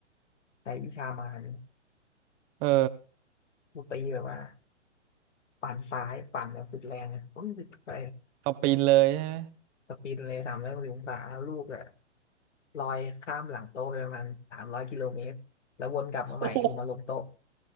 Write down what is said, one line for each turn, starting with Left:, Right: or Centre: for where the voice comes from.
Left: ใช้วิชามาร
Right: เออ
Left: กูตีแบบว่าปั่นซ้ายปั่นแบบสุดแรงอ่ะปุ๊บไป
Right: ก็ปีนเลยใช่ไหม
Left: สปินเลยสามร้อยหกสิบองศาแล้วลูกอ่ะลอยข้ามหลังโต๊ะไปประมาณสามร้อยกิโลเมตรแล้ววนกลับมาใหม่คือมาลงโต๊ะ
Right: โอ้โห